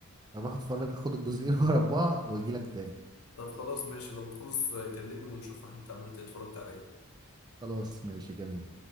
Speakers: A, on the right; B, on the left.
A: اروح اتفرج اخد الجزئين <laughs> ورا بعض واجي لك تاني
B: طب خلاص ماشي لو تخلص آه، كلمني ونشوف انت عملت ايه اتفرجت على ايه
A: خلاص ماشي جميل